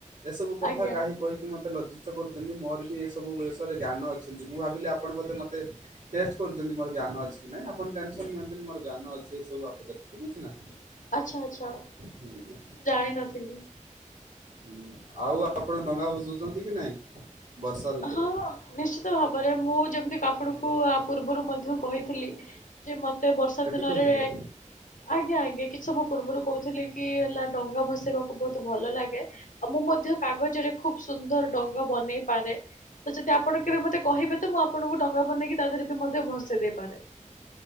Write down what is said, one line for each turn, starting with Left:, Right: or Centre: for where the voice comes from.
Right: ଏସବୁ କଥା
Left: ଆଜ୍ଞା
Right: କାହିଁ କହିକି ମତେ ଲଜ୍ଜି କିସ କରୁଛନ୍ତି ମୋର ବି ଏସବୁ ବିଷୟରେ ଜ୍ଞାନ ଅଛନ୍ତି ମୁଁ ଭାବିଲି ଆପଣ ବୋଧେ ମତେ ଟେଷ୍ଟ କରୁଛନ୍ତି ମୋର ଜ୍ଞାନ ଅଛି କି ନାଇଁ ଆପଣ ଟେନସନ ନିଅନ୍ତୁନି ମୋର ଜ୍ଞାନ ଅଛି ଏ ସବୁ ବାବଦରେ ଠିକ ଅଛି ନା।
Left: ଆଚ୍ଛା ଆଚ୍ଛା ମୁଁ
Right: ହୁଁ।
Left: ଜାଣିିନଥିଲି।
Right: ହୁଁ ଆଉ ଆପଣ ଡଙ୍ଗା ଭସଉଛନ୍ତି କି ନାଇଁ? ବର୍ଷା ଋତୁରେ
Left: ହଁ ନିଶ୍ଚିତ ଭାବରେ ମୁଁ ଯେମିତି ଆପଣଙ୍କୁ ପୂର୍ବରୁ ମଧ୍ୟ କହିଥିଲି ଯେ ମତେ ବର୍ଷା
Right: କେବେ
Left: ଦିନରେ
Right: କହିଥିଲେ?
Left: ଆଜ୍ଞା ଆଜ୍ଞା କିଛି ସମୟ ପୂର୍ବରୁ କହୁଥିଲେ କି ହେଲା ଡଙ୍ଗା ଭସେଇବାକୁ ବହୁତ ଭଲ ଲାଗେ ଆଉ ମୁଁ ମୁଁ ମଧ୍ୟ କାଗଜରେ ଖୁବ୍ ସୁନ୍ଦର ଡଙ୍ଗା ବନେଇ ପାରେ ତ ଯଦି ଆପଣ କେବେ ମତେ କହିବେ ତ ମୁଁ ଆପଣଙ୍କୁ ଡଙ୍ଗା ବନେଇକି ତା ଦେହରେ ବି ମଧ୍ୟ ଭସେଇ ଦେଇପାରେ